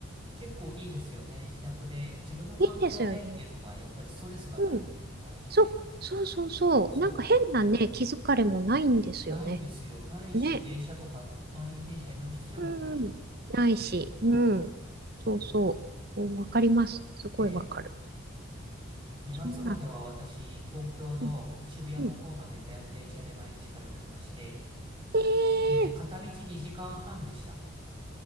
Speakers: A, on the right (about 25°); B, on the right (about 45°).
A: 結構いいですよね。自宅で、自分の環境でっていうのが、
B: いいですよね。
A: やっぱりストレスがないっていうのが大事で。
B: うん、そう、そうそうそう。
A: そ
B: なんか変なね、気づかれもないんですよね。
A: う。ないんですよ。ないし、
B: ね。
A: 電車とか、満員電車に乗る必要もない。
B: うん。ないし、
A: はい。
B: うん。そうそう。おわかります。すごいわかる。
A: ええ。2月までは私、
B: そんな、
A: 東京の渋谷の方まで電電車で毎日通ってまして、
B: うん、うん。ええ
A: ええ、片道2時間半でした。